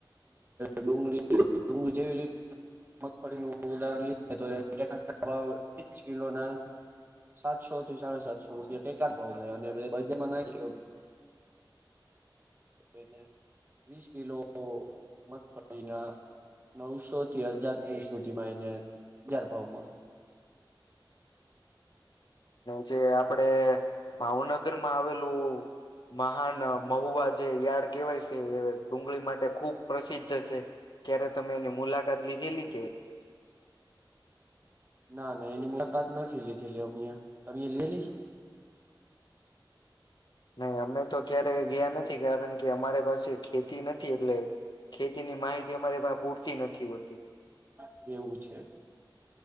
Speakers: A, on the right; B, on the left.
A: ડુંગરી ડુંગરી જેવી રીતે મગફળીનું ઉદારણ લઈ તો <unintelligible> કિલો ના સાતસો થી સાડા સાતસો રૂપિયા ટેકા જ ભાવ લે અને વજનમાં નાખી એ તો એને વીસ કિલો મગફળીના નવસો થી હજાર સુધીમાં એને હજાર ભાવ મળે.
B: <inaudible> જે આપડે ભાવનગર માં આવેલું મહાન મહુવા જે યાર્ડ કેવાય છે એ ડુંગળી માટે ખૂબ પ્રસિદ્ધ છે ક્યારે તમે એની મુલાકાત લીધેલી કે
A: ના ના એની મુલાકાત નથી લીધીલી અમે તમે લેલીશ
B: <inaudible> નહી અમે તો ક્યારે ગયા નથી કારણ કે અમારે પાસે ખેતી નથી એટલે ખેતીની માહિતી અમારી પણ પૂરતી નથી હોતી
A: છે એવું છે